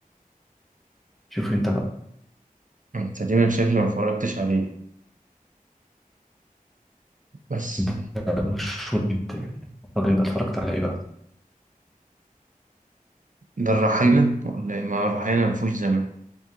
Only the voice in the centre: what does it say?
شوف انت بقى
انت بقى مشهور جدا طب انت اتفرجت على ايه بقى